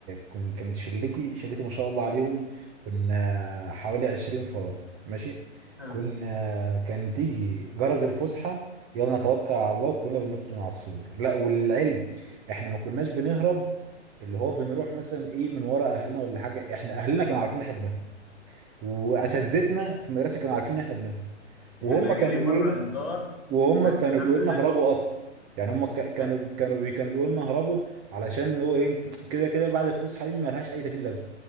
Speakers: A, on the right; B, in the centre.
A: كنت كانت شلتي شلتي ما شاء الله عليهم كنا حوالي 20 فرد ماشي
B: ها.
A: كنا كان تيجي جرس الفسحه يلا نتوكل على الله وكلنا بننط من على السور لا والعلم احنا ما كناش بنهرب اللي هو بنروح مثلا ايه من ورا اهلنا ولا حاجه احنا اهلنا كانوا عارفين إن احنا بنهرب واساتذتنا
B: مم.
A: في المدرسه كانوا عارفين ان احنا بنهرب وهم
B: انا جالي
A: كانوا بيقولوا
B: مره
A: لنا
B: انذار
A: وهم
B: بس
A: كانوا
B: الحمد
A: بيقولوا
B: لله
A: لنا هربوا اصلا يعني هم ك- كانوا
B: لا،
A: كانوا بي كانوا بيقولوا لنا هربوا علشان هو ايه كده كده بعد الفسحه دي مالهاش اي 30 لازمه